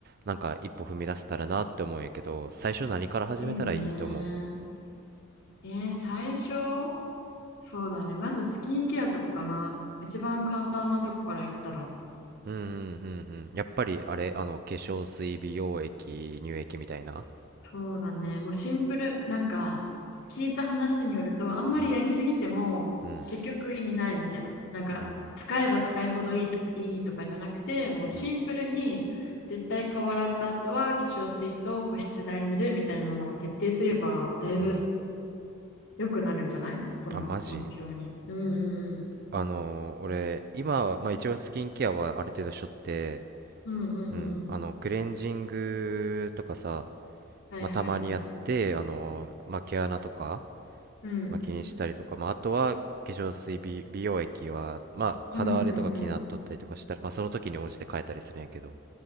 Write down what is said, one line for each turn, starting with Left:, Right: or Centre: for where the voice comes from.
Right: なんか一歩踏み出せたらなって思うんやけど、最初何から始めたらいいと思う
Left: いいね。えー、最初、そうだね。まずスキンケアとかかな。一番簡単なとこからいったら。
Right: うんうんうんうん。やっぱりあれ、あの、化粧水、美容液、乳液みたいな
Left: そうだね。もうシンプル。なんか、聞いた話によると、あんまりやりすぎても、
Right: うんうん
Left: 結局意味ないみたいな。なんか、
Right: うん
Left: 使えば使いほどいいとか、いいとかじゃなくて、もうシンプルに、
Right: うん
Left: 絶対顔洗った後は化粧水と保湿剤塗るみたいなのを徹底すれば、だいぶ
Right: うんうん。
Left: 良くなるんじゃないその目標に。
Right: あ、マジ
Left: うんうんうん。
Right: あのー俺今は、まあ、一応スキンケアはある程度しとって、
Left: うんうんう
Right: うん、
Left: ん。
Right: あのクレンジングとかさ、
Left: はいはいはい。
Right: まあ、たまにやってあのー、まあ、毛穴とか、
Left: うん。
Right: まあ、気にしたりとか、まあ、あとは化粧水美、美容液は、まあ、肌荒れとか気になっとったりとかしたら、
Left: うんうんうん。
Right: まあ、その時に応じて変えたりするんやけど